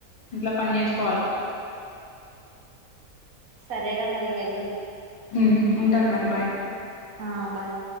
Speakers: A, on the left; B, on the right.
A: ఇంట్లా పని చేసుకోవాలి
B: సరేరా మరి వెళ్ళు
A: హమ్ ఉంటాను మరి బాయ్
B: ఆ బాయ్